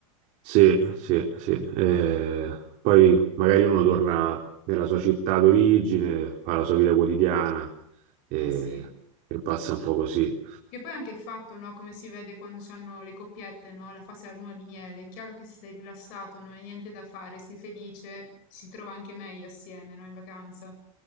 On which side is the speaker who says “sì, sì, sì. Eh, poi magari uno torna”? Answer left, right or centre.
Right